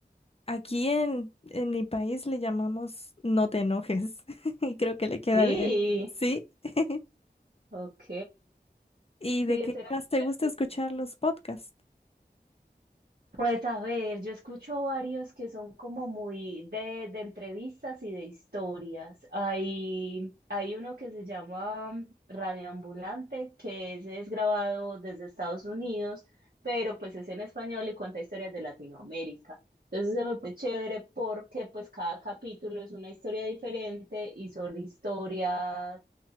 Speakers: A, on the left; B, on the right.
A: Aquí en, en mi país le llamamos no te enojes <laughs> y creo que le queda
B: Sí,
A: bien. Sí. <laughs>
B: ok.
A: ¿Y de
B: Sí,
A: qué
B: ese era
A: más te
B: divertido.
A: gusta escuchar los podcasts?
B: Pues a ver, yo escucho varios que son como muy de, de entrevistas y de historias. Hay, hay uno que se llama Radio Ambulante, que ese es grabado desde Estados Unidos, pero pues es en español y cuenta historias de Latinoamérica. Entonces se me fue chévere porque pues cada capítulo es una historia diferente y son historias